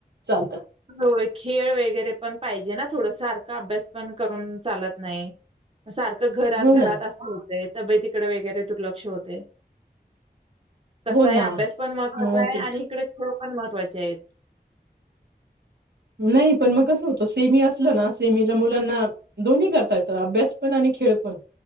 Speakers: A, on the right; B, on the right.
A: चालतं.
B: हो खेळ वगैरे पण पाहिजे ना थोडस सारखा अभ्यास पण करून चालत नाही. सारखं घरात
A: हो ना
B: घरात असत होते तब्येत तिकडे वगैरे दुर्लक्ष होते. कसा
A: हो
B: आहे
A: ना
B: अभ्यास पण महत्त्वाचा
A: मग
B: आहे.
A: त
B: आणि इकडे खेळ पण महत्वाचे आहेत.
A: नाही पण मग कसं होतं सेमी असलं ना, सेमीला मुलांना- दोन्ही करता य अभ्यास पण आणि खेळ पण-